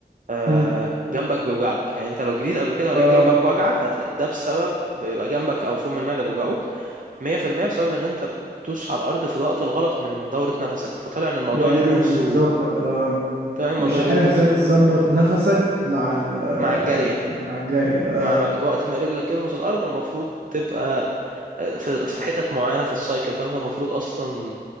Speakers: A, on the right (about 50°); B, on the right (about 85°).
A: آه،
B: أمم.
A: جنبك بيوجعك يعني انت لو جريت قبل كده
B: اه
A: ولقيت جنبك وجعك هتلاقي ده بسبب بيبقى جنبك او فم المعده بيوجعوك 100% بسبب ان انت بتدوس على الارض في الوقت الغلط من دوره نفسك فطلع ان الموضوع
B: يعني
A: ليه رولز
B: مش بتظبط
A: و
B: اه
A: طلع ان الموضوع
B: مش عارف
A: ليه رولز
B: ازاي
A: بقى
B: تظبط نفسك مع ال
A: مع الجاريه
B: مع الجري اه
A: مع مك... وقت ما رجلك تلمس الارض المفروض تبقى آه، في في حتت معينه في السايكل فانت المفروض اصلا